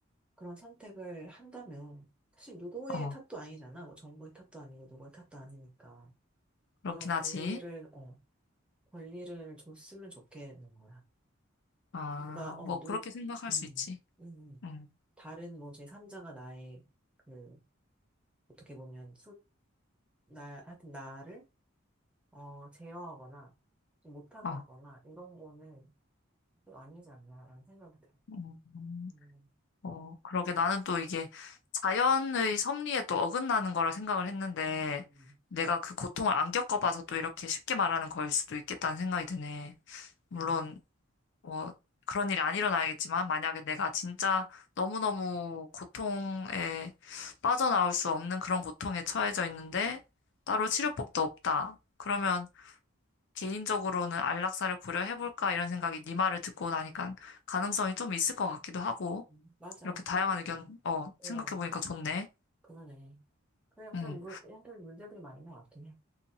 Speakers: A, in the centre; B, on the left.
A: 그런 선택을 한다면 사실 누구의
B: 어,
A: 탓도 아니잖아. 뭐 정부의 탓도 아니고 누구의 탓도 아니니까
B: 그렇긴
A: 그런 권리를
B: 하지.
A: 어 권리를 줬으면 좋겠는 거야.
B: 아,
A: 누가 어누
B: 뭐, 그렇게 생각할
A: 음,
B: 수 있지.
A: 음, 음.
B: 음,
A: 다른 뭐 제3자가 나의 그 어떻게 보면 수나 하여튼 나를 어 제어하거나 좀 못하게
B: 어,
A: 하거나 이런 거는 좀 아니지 않나라는 생각이 들어.
B: 음,
A: 음,
B: 어, 그러게 나는 또 이게 자연의 섭리에 또 어긋나는 거라 생각을 했는데,
A: 음.
B: 내가 그 고통을 안 겪어봐서 또 이렇게 쉽게 말하는 거일 수도 있겠다는 생각이 드네. 물론,
A: 어,
B: 뭐 그런 일이 안 일어나야겠지만 만약에 내가
A: 음,
B: 진짜 너무너무 고통에 빠져나올 수 없는 그런 고통에 처해져 있는데 따로 치료법도 없다. 그러면 개인적으로는 안락사를 고려해볼까 이런 생각이 네 말을 듣고 나니까 가능성이 좀 있을 것 같기도 하고
A: 음. 맞아.
B: 이렇게 다양한
A: 그래.
B: 의견 어
A: 어,
B: 생각해보니까 좋네.
A: 그러네. 그냥
B: 음.
A: 그 무, 한편 문제들이 많은 것 같긴 해.